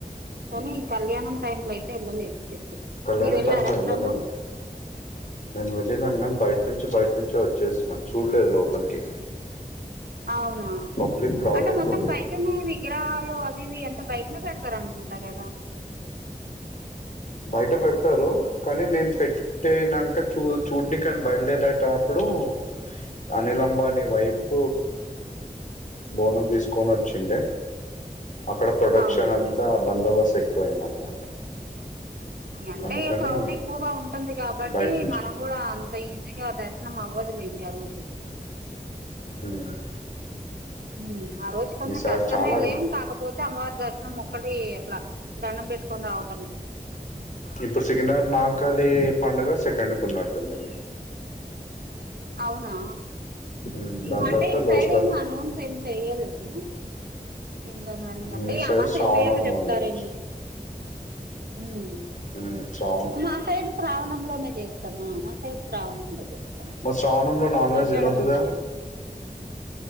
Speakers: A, on the right; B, on the left.
A: కానీ
B: ఉహు.
A: కళ్యాణం టైమ్ లో అయితే వెళ్ళలేదు ఎప్పుడు
B: కళ్యాణ
A: మీరు వెళ్ళారా
B: టైమ్ లో
A: ఎప్పుడన్నా.
B: వెళ్ళలేము నేను వెళ్ళినాను కాని బయట నుంచి బయట నుంచే వచ్చేస్తున్నా చూడలేదు లోపలికి.
A: అవునా
B: పబ్లిక్ క్రౌడ్
A: అంటే
B: ఎక్కువ
A: మొత్తం
B: ఉంటది
A: బైట. అయితేనే విగ్రహాలు అవి ఇవి అంత బయటనే పెడతారు అనుకుంటా కదా.
B: బయట పెడతారు కానీ నేను పెట్. అంటే నాంక చూ చూడ్నీకేని బయలుదేరటేప్పుడు అనిల్ అంబ్ అనిల్ అంబానీ వైఫ్ బోనం తీసుకొని వచ్చిండే అక్కడ. ప్రొడక్షన్
A: అవునా
B: అంతా బందవస్తు ఎక్కువయింది అనమాట.
A: అంటే
B: అందుకని
A: క్రౌడ్ ఎక్కువగా ఉంటుంది కాబట్టి
B: బయట నుంచి
A: మనం కూడా. అంత ఈజీగా దర్శనం అవ్వదులేండి ఆ రోజు.
B: ఉమ్.
A: ఉమ్ ఆ రోజు కొంచెం
B: ఈసారి
A: కష్టమేలే
B: చాలా ఉమ్.
A: కాకపోతే అమ్మవారి దర్శనం ఒక్కటి అట్లా దణ్ణం పెట్టుకొని రావటమే
B: ఇప్పుడు సికింద్ర మంకాళి పండగ సెకండ్కు ఉన్నట్టుంది
A: అవునా
B: ఉమ్,
A: ఇంక
B: దాని తర్వాత
A: అంటే ఇటు
B: లోకల్
A: సైడ్ ఏం ఎనౌన్సు ఏం చెయలేదు ఇంగ మరి
B: మీ
A: అంటే
B: సైడ్
A: అమాస్య
B: శ్రావణంలో
A: వెళ్ళిపోయాక చెప్తారేమో
B: ఉండొచ్చు
A: మ్
B: ఉమ్ సా
A: మా సైడ్ శ్రావణంలోనే చేస్తామా మా సైడ్ శ్రావణంలో చేస్తాం
B: మరి శ్రావణంలో నాన్ వెజ్
A: ఆషాఢం
B: తినొద్దుగా
A: అంతటే